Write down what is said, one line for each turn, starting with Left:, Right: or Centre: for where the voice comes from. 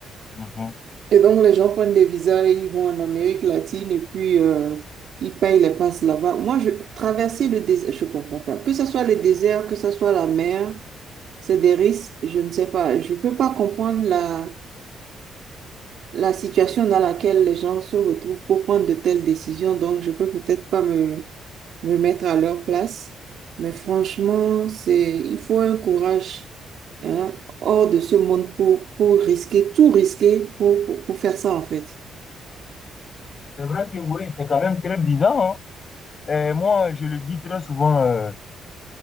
Left: Mhm.
Right: Et donc, les gens prennent des visas et ils vont en Amérique latine et puis euh, ils payent les passes là-bas. Moi, je, traverser le désert, je comprends pas. Que ce soit le désert, que ce soit la mer, c'est des risques, je ne sais pas. Je peux pas comprendre la, la situation dans laquelle les gens se retrouvent pour prendre de telles décisions. Donc, je peux peut-être pas me, me mettre à leur place. Mais franchement, c'est, il faut un courage, hein, hors de ce monde pour, pour risquer, tout risquer pour, pour, pour faire ça, en fait.
Left: C'est vrai que oui, c'est quand même très bizarre, hein. Et moi, je le dis très souvent. euh,